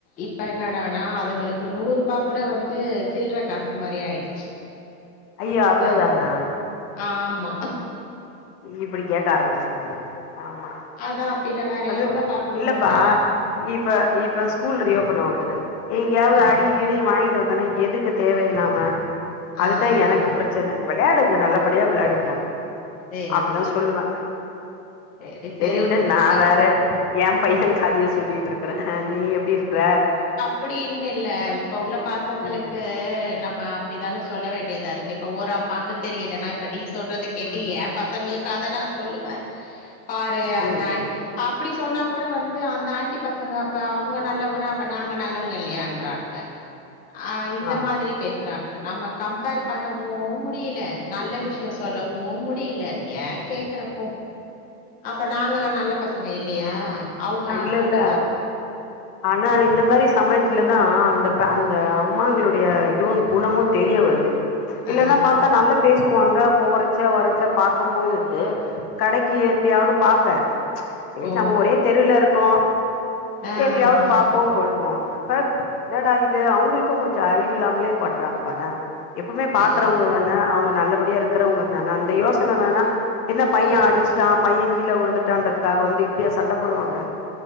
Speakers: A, on the left (about 20°); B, on the left (about 70°).
A: இப்ப என்னாடானா அதுங்களுக்கு நூற் ரூபா கூட வந்து சில்ற காசு மாறி ஆயிடுச்சு
B: ஐய்ய அவ்ள
A: ஆ
B: தானா
A: ஆமா
B: இப்பிடி கேக்க ஆரம்பிச்சிருதுங்க ஆமா
A: அத்தா பின்ன வேற
B: அது
A: எவ்ளோ பா குடுக்கணு
B: இல்லப்பா
A: நால்லா
B: இப்ப இப்ப ஸ்கூல் ரீ ஓப்பன் ஆக போது எங்கயாவது
A: ஆ
B: அடி கி டி வாங்கிட்டு வந்தானா எதுக்கு தேவையில்லாம அதுதா
A: ஆ ஆ
B: எனக்கு
A: ஆ
B: பிரச்சனை விளையாடுங்க நல்லபடியா விளையாடுங்க
A: சேரி
B: அப்படிதா
A: சேரி
B: சொல்லுவே
A: சேரி சேரி
B: சரி விடு
A: ரொம்ப
B: நா வேற எம் பையன் கதைய சொல்லிட்டு இருக்கறே நீ எப்டி இருக்கற
A: அப்படின்னு இல்லை இப்ப உள்ள பசங்களுக்கு
B: ம்
A: நம்ம அப்படித்தானே சொல்ல வேண்டியதா இருக்கு இப்ப ஒரு அம்மாவுக்கு தெரியலன்னா இப்ப நீ சொல்றத கேட்டு
B: ம்
A: எம் பசங்களுக்கு அத நா சொல்லுவே பாரு
B: ம்
A: அந்த ஆன்
B: ம்
A: அப்பிடி சொன்னா கூட வந்து அந்த ஆன்டி பசங்க இப்ப அவுங்க நல்லவங்கன்னா அப்ப நாங்க நல்லவங்க இல்லையான்றாங்க அ இந்த
B: ஆ
A: மாதிரி பேசுறாங்க நம்ம கம்பேர் பண்ணவு முடியல நல்ல
B: ம்ஹும்
A: விஷயோ சொல்லவு முடியல ஏன் கேக்கறப்போ அப்ப நாங்கல்லா நல்ல பசங்க இல்லையா அவுங்க
B: இல்ல
A: மட்டுந்தான
B: இல்ல ஆனா இந்த மாறி சமயத்துல தா அந்த அந்த அம்மாங்களுடைய இதுவு குணமு தெரிய வருது இல்லன்னா
A: ஆ
B: பாத்தா நல்லா பேசுவாங்க போற ச்ச வரச்ச பாக்குபோது கடைக்கு ஏப்பியாவது பாப்பே சேரி
A: ஓ
B: நம்ம ஒரே தெருவுல இருக்கோ
A: ஆ
B: எப்பயாவது
A: ஆ ஆ
B: பாப்போ கொள்ளுவோ இப்ப என்னடா இது அவுங்குளுக்கு கொஞ்சோ அறிவு இல்லாமலே பட்றாங்க பாறே எப்பவுமே பாக்குறவங்க
A: சரி
B: தானே அவங்க நல்லபடியா இருக்கிறவங்க தானே அந்த யோசனை வேணா என்ன பையன்
A: ஆ
B: அடிச்சுட்டா பையன் கீழ உழுந்துட்டான்றதுக்காக வந்து இப்பிடியா சண்டை போடுவாங்க